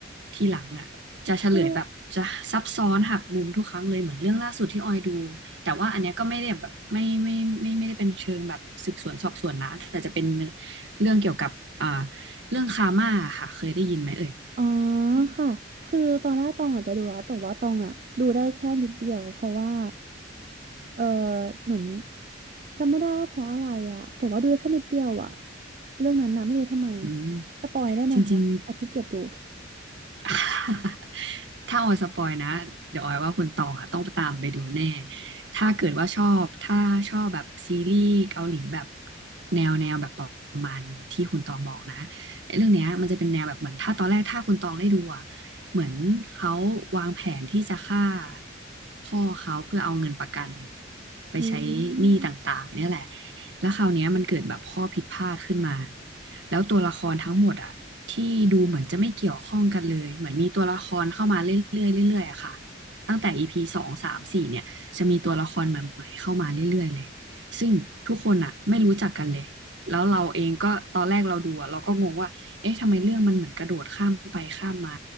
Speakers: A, on the right; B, on the right.
A: ทีหลังอ่ะจะเฉลยแบบจะซับซ้อนหักมุมทุกครั้งเลยเหมือนเรื่องล่าสุดที่ออยดู
B: ใช่
A: แต่ว่าอันเนี้ยก็ไม่ได้แบบไม่ไม่ไม่ไม่ได้เป็นเชิงแบบสืบสวนสอบสวนนะแต่จะเป็นเนื้อเรื่องเกี่ยวกับอ่าเรื่องคาร์มาค่ะเคยได้ยินไหมเอ่ย
B: อ๋อค่ะคือตอนแรกตองอาจจะดูแล้วแต่ว่าตองอ่ะดูได้แค่นิดเดียวเพราะว่าเออเหมือนจำไม่ได้ว่าเพราะอะไรอ่ะแต่ว่าดูได้แค่นิดเดียวอ่ะเรื่องนั้นนะไม่รู้ทำไม
A: อืม
B: สปอยได้ไหมคะแอบขี้เกียจดู
A: จริงๆ <laughs> ถ้าออยสปอยนะเดี๋ยวออยว่าคุณตองอ่ะต้องตามไปดูแน่ถ้าเกิดว่าชอบถ้าชอบแบบซีรีส์เกาหลีแบบแนวแนวแบบประมาณที่คุณตองบอกนะไอ้เรื่องเนี้ยมันจะเป็นแนวแบบเหมือนถ้าตอนแรกถ้าคุณตองได้ดูอ่ะเหมือนเขาวางแผนที่จะฆ่าพ่อเขาเพื่อเอาเงินประกันไปใช้หนี้ต่างๆเนี่ยแหละ
B: อืม
A: แล้วคราวเนี้ยมันเกิดแบบข้อผิดพลาดขึ้นมา แล้วตัวละครทั้งหมดอ่ะที่ดูเหมือนจะไม่เกี่ยวข้องกันเลย เหมือนมีตัวละครเข้ามาเรื่อยๆเรื่อยๆอะค่ะตั้งแต่ EP สองสามสี่เนี่ยจะมีตัวละครใหม่ๆเข้ามาเรื่อยๆเลย ซึ่งทุกคนอ่ะไม่รู้จักกันเลย แล้วเราเองก็ตอนแรกเราดูอ่ะเราก็งงว่าเอ๊ะทำไมเรื่องมันเหมือนกระโดดข้ามไปข้ามมา